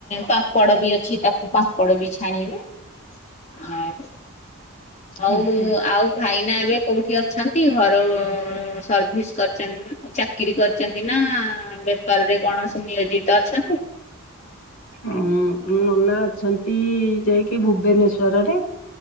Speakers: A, on the left; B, on the left.
A: ପାମ୍ପଡ ବି ଅଛି ତାକୁ ପାମ୍ପଡ ବି ଛାଣିବୁ। ଆଁ ହଉ
B: ହୁଁ ହୁଁ।
A: ଆଉ ଭାଇନା ଏବେ କୋଉଠି ଅଛନ୍ତି ଘର ସର୍ଭିସ୍ କରିଛନ୍ତିି ପା? ଆ ଚାକିରି କରିଛନ୍ତି ନା ବେପାରରେ କଣସିଏ ନିୟୋଜିତ ଅଛନ୍ତି?
B: ଉଁ ନନା ଅଛନ୍ତି ଯାଇକି ଭୁବନେଶ୍ଵରରେ